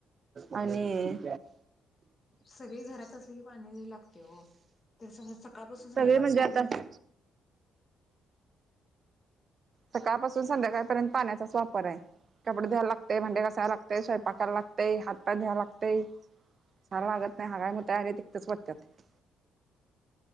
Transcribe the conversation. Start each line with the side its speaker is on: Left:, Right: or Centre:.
Right: आणि
Left: सगळे घरात असली पाणी लागते हो त समजा सकाळपासून संध्याकाळपर्यंत
Right: सगळे म्हणजे आता
Left: आपण
Right: सकाळपासून संध्याकाळपर्यंत पाण्याचाच वापर आहे. कपडे धुवायला लागते, भांडे घसायला लागते, स्वयंपाकला लागतेय, हातपाय धुवायला लागतेय. ार <unintelligible> वागत नाही हगाय <unintelligible> मतग तिकतच वाटतात